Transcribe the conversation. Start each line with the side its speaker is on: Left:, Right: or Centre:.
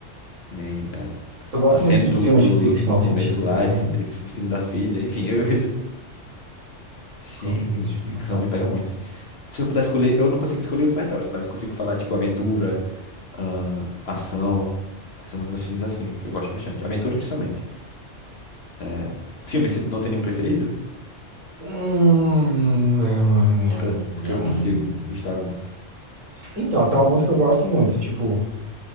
Left: nem, é.
Right: Eu gosto
Left: A cena
Right: muito de
Left: do,
Right: filmes
Left: do,
Right: de ficção
Left: no começo
Right: científica,
Left: lá,
Right: sabe?
Left: ele, se- ele se despedindo da filha, enfim, eu, <laughs> eu- sim,
Right: Gosto muito de ficção.
Left: ficção me pega muito. Se eu pudesse escolher, eu não consigo escolher os melhores, mas eu consigo falar, tipo, aventura, ah, ação, são os meus filmes assim, que eu gosto bastante. Aventura, principalmente. É, filme, você não tem nenhum preferido?
Right: Hum, nham, nham,
Left: Tipo, é, porque
Right: nham,
Left: eu consigo
Right: nham, nham.
Left: listar alguns.
Right: Então, tem alguns que eu gosto muito. Tipo,